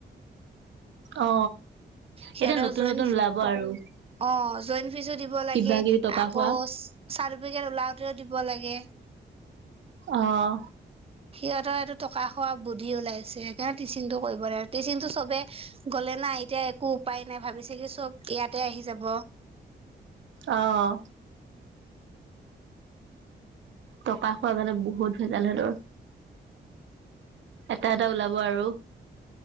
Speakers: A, on the right (about 75°); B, on the right (about 30°).
A: অ
B: সিহঁতৰ
A: এতিয়া নতুন
B: জইন
A: নতুন ওলাব আৰু,
B: অ জইণ্ট ফিজো দিব লাগে
A: কিবা কিবি টকা
B: আকৌ
A: খোৱা।
B: চাৰ, বিযাও ওলাওঁতেও দিব লাগে।
A: অহ
B: সিহঁতৰ এইটো টকা খোৱা বুদ্ধি ওলাইছে সেইকাৰণে টিচিংটো কৰিব দিয়া নাই আৰু টিচিংটো চবে গ'লে ন, নাই এতিয়া একো উপায় নাই ভাবিছিলোঁ চ'ব ইয়াতে আহি যাব।
A: আহ। টকা খোৱা গান বহুত ভেজাল হেহতঁৰ এটা এটা ওলাব আৰু